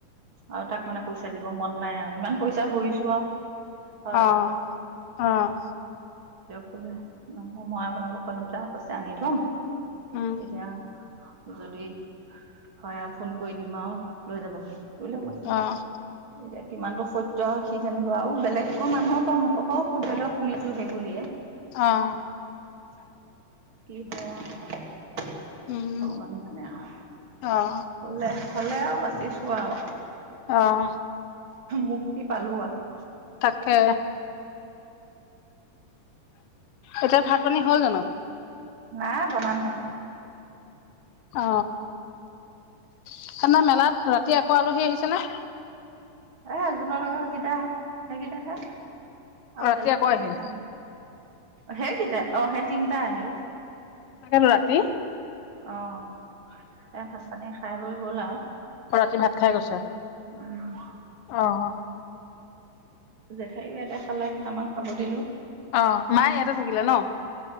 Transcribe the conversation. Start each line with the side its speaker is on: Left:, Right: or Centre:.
Right: আৰু তাক মানে পইচা দিব মন নাই আৰু ইমান পইচা ভৰিছো আৰু হয়
Left: আহ আহ
Right: ল নহলে মই আপোনালোকৰ দুটা শসা আনি থম
Left: উম,
Right: তেতিয়া যদি হয় আৰু ফোন কৰি দিম আৰু লৈ যাবহি। বলে কৈছে
Left: অ'
Right: কিমানটো সত্য সি জানিব আৰু বেলেগকৰ মানুহৰ পৰা মুখৰ পৰাও ব ধৰি লওক শুনিছো সেই বুলিয়ে
Left: অ'
Right: কি হয় আউ
Left: উম,
Right: ভগৱান জানে আৰু
Left: অ'
Right: হলে হলে আৰু বাচিছো। ওৱাও
Left: আহ
Right: মুক্তি পালো আৰু
Left: তাকে এতিয়া ভাত পানী হ'ল জানো
Right: না বলাম হে
Left: অ সনা মেলাত ৰাতি আকৌ আলহী আহিছে নে
Right: এ জোনৰ লগৰ কেইটা সেইকেইটা হে অ
Left: ৰাতি
Right: বেলেগ
Left: আকৌ
Right: আলহি
Left: আহিল।
Right: নাই সেইকেইটা অ সেই তিনটা আহিল
Left: তাকেতো ৰাতি
Right: অহ এ ভাত পানী খাই ৰই গ'লা
Left: ম ৰাতি ভাত খাই গৈছে
Right: উম
Left: অ'
Right: জেঠাই এটা খালে কেইটামান খাব দিলো
Left: অ মায়ে ইয়াতে থাকিলে ন